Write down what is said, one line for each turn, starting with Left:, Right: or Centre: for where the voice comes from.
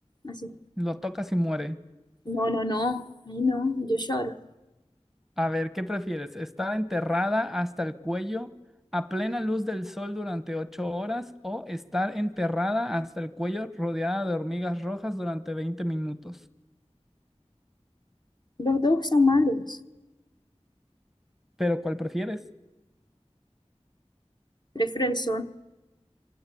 Left: Así.
Centre: Lo tocas y muere.
Left: No, no, no. Ahí no, yo lloro.
Centre: A ver, ¿qué prefieres? ¿Estar enterrada hasta el cuello a plena luz del sol durante ocho horas o estar enterrada hasta el cuello rodeada de hormigas rojas durante 20 minutos?
Left: Los dos son malos.
Centre: Pero ¿cuál prefieres?
Left: Prefiero el sol.